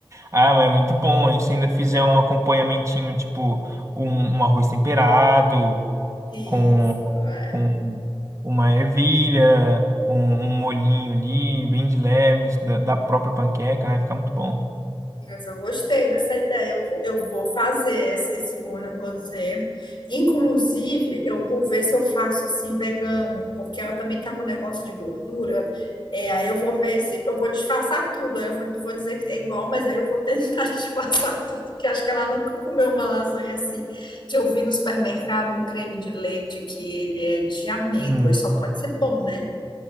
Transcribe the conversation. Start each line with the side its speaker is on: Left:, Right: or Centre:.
Right: Ah, mas é muito bom. E se ainda fizer um acompanhamentinho, tipo um, um arroz temperado
Left: Isso,
Right: com,
Left: é.
Right: com uma ervilha, um, um molhinho ali, bem de leves, da, da própria panqueca, vai ficar muito bom.
Left: Mas eu gostei dessa ideia. Eu vou, eu vou fazer esse, esse molho rosé. Inclusive, eu vou ver se eu faço assim vegano, porque ela também tá com negócio de gordura. É, aí eu vou ver se eu vou disfarçar tudo. Aí Eu vou, vou dizer que é igual, mas aí eu vou tentar <laughs> disfarçar tudo, que acho que ela nunca comeu uma lasanha assim. Que eu vi no supermercado um creme de leite que ele é de amêndoas,
Right: Hum.
Left: só pode ser bom, né?